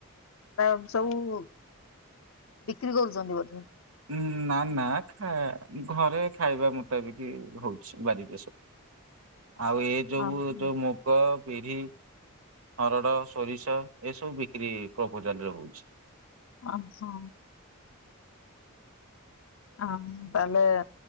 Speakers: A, on the left; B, on the right.
A: ଆ ସବୁ ବିକ୍ରି କରୁଛନ୍ତି ବୋଧେ?
B: ଉଁ ନା ନା ଘରେ ଖାଇବା ମୁତାବିକି ହଉଛି ବାରି ରେ ସବୁ। ଆଉ ଏ ଯୋଉଁ
A: ଓହୋ
B: ଯୋଉଁ ମୁଗ ବିରି ହରଡ଼ ସୋରିଷ ଏସବୁ ବିକ୍ରି ପ୍ରପୋଜାଲରେ ହଉଛି।
A: ଓ ହୋ। ହଁ ତାହାଲେ